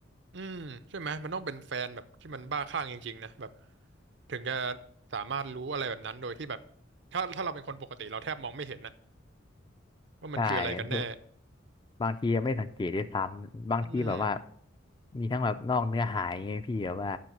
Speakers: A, on the right; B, on the left.
A: อืมใช่ไหมมันต้องเป็นแฟนแบบที่มันบ้าคลั่งจริงๆนะแบบถึงจะสามารถรู้อะไรแบบนั้นโดยที่แบบถ้าถ้าเราเป็นคนปกติเราแทบมองไม่เห็นนะว่ามันคืออะไรกันแน่
B: ใช่ บางทีไม่สังเกตด้วยซ้ำบางทีแบบว่า
A: อืม
B: มีทั้งแบบนอกเนื้อหาอยางเงี้ยพี่แบบว่า